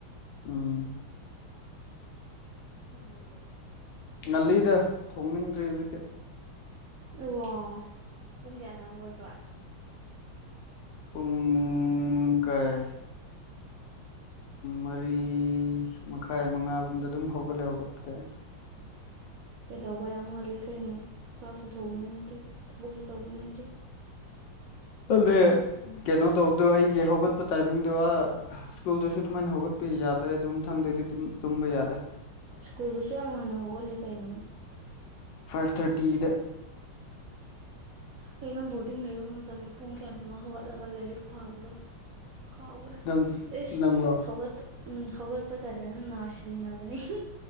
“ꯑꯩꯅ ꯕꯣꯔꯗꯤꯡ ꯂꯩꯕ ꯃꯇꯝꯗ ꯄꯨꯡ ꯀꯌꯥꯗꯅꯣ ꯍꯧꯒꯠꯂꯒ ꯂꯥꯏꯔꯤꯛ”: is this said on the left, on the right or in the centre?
Right